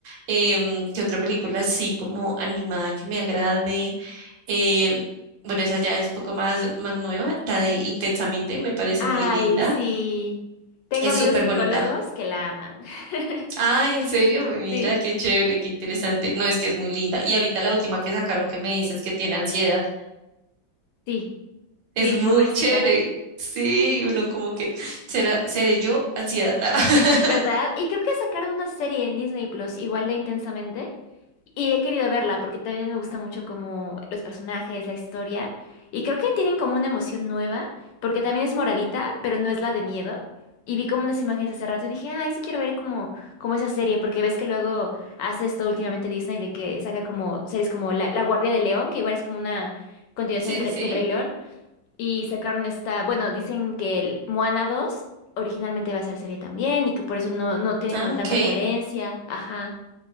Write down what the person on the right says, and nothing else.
Em, ¿qué otra película así como animada que me agrade? Em, bueno, esa ya es un poco más, más nueva, la de Intensamente me parece
muy linda,
es
súper
bonita.
Ay, en serio, mira
qué chévere, qué interesante. No, es que es muy linda. Y ahorita la última que sacaron que me dices que tiene ansiedad,
es
muy
chévere. Sí, uno como que será, seré yo ansiedad. <laughs>
Sí,
sí. sí.
Ah,
ok.